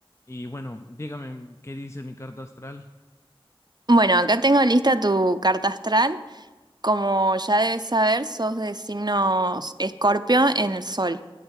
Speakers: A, on the left; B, on the right.
A: Y bueno, dígame, ¿qué dice mi carta astral?
B: Bueno, acá tengo lista tu carta astral. Como ya debes saber, sos de signos Escorpio en el Sol.